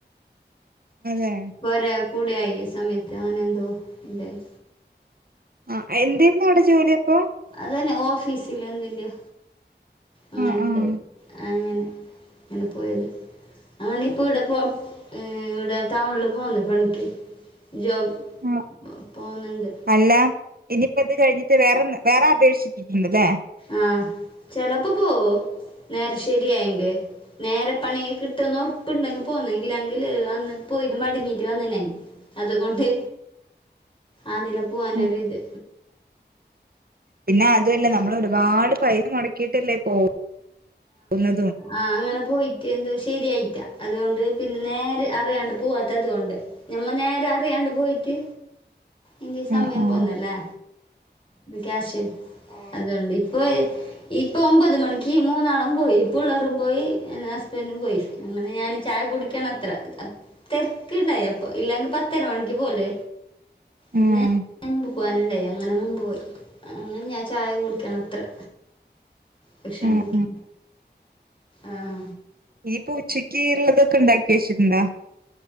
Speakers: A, on the right; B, on the left.
A: അതെ
B: പൊര കൂടെയായി സമയത്ത് അങ്ങനെ എന്തോ എന്തായി
A: ആഹ എന്തേര്ന്നു അവടെ ജോലി അപ്പം?
B: അതന്നെ ഓഫീസില് എന്തിൻ്റയൊ അങ്ങനെണ്ടായി
A: ആഹ് ആഹ്
B: അങ്ങനെ അങ്ങനെ പോയത്. അങ്ങനെ ഇപ്പം ഇവിടെ പോവും ഇവിടെ ടൗണില് പോകുന്നു. പണിയ്ക്ക് ജോബ്
A: ആഹ
B: പോകുന്നുണ്ട്
A: അല്ല ഇനിപ്പത് കഴിഞ്ഞി ട്ട് വേറൊന്ന് വേറെ അപേക്ഷിച്ചിട്ടുണ്ട്ല്ലേ
B: ആഹ ചെലപ്പം പോവു നേരം ശരിയായെങ്കി നേരെ പണി കി ട്ടുന്ന് ഒറപ്പുണ്ടെങ്കി പോവുന്ന ഇല്ലങ്കി അന്ന് പോയിട്ട് മടങ്ങിട്ട് വന്ന്ണെ അതുകൊണ്ട്
A: <inaudible>
B: അതിലെ പോവാനൊരു
A: ആ
B: ഇത്
A: പിന്നെ അതുവല്ല നമ്മൾ ഒരുപാട് പൈസ മൊടക്കീട്ടല്ലേ പോ വുന്നതും.
B: ആഹ അങ്ങനെ പോയിട്ട് എന്തോ ശരിയായില്ല അതുകൊണ്ട് പിന്നെ നേരെ അറിയാണ്ട് പോവാത്ത അതുകൊണ്ട്. നമ്മ നേര അറിയാണ്ട് പോയിട്ട് ഇന്റെ ഈ സമയം
A: ആഹ് ആഹ്
B: പോന്നല്ലേ ഇത് ക്യാഷ് അതോണ്ട് ഇപ്പൊ ഇപ്പൊ ഒമ്പത് മണിക്ക് മൂന്നാളും പോയി പുള്ളേരും പോയി. എന്റെ ഹസ്ബൻറും പോയി. അങ്ങനെ ഞാന് ചായ കുടിക്ക യ്ക്കണത്രെ തരക്ക്ണ്ടായി അപ്പ ഇല്ലെങ്കി പത്തര മണിക്ക് പോല്ല്
A: ആഹ്
B: ഇന്ന്
A: ആഹ്
B: മുൻപ് പോകാനുണ്ടായി അങ്ങനെ മുൻപ് പോയി അങ്ങനെ ഞാൻ ചായ കുടിയ്ക്കാണ് അത്രെ. ഭക്ഷണം
A: ആഹ്
B: കയ്ക്ക
A: ആഹ്
B: ആഹ
A: ഇയ്യ് പ്പ ഉച്ചയ്ക്ക് ഉള്ളതൊക്കെ ഇണ്ടാക്കി വെച്ചിട്ടുണ്ടൊ?